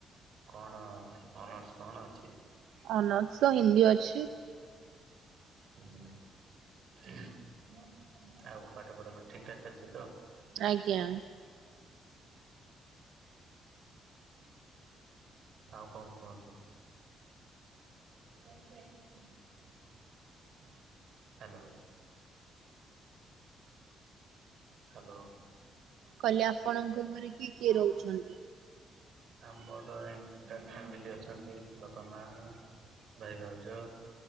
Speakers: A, on the right (about 60°); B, on the right (about 80°).
A: କଣ ଅନର୍ସ କଣ ଅଛି?
B: ଅନସ ହିନ୍ଦୀ ଅଛି।
A: ହୁଁ ଆଉ ପାଠ ପଢ ଠିକଠାକ ଚାଲିଚି ତ?
B: ଆଜ୍ଞା।
A: ଆଉ କଣ କୁହନ୍ତୁ? ହ୍ୟାଲୋ। ହ୍ୟାଲୋ।
B: କହିଲେ ଆପଣଙ୍କ ଘରେ କିଏ କିଏ
A: ହଁ।
B: ରହୁଛନ୍ତି?
A: ଆମର ଏଣ୍ଟାଲ ଫ୍ୟାମିଲି ଅଛନ୍ତି। ବାପା, ମା ଭାଇ, ଭାଉଜ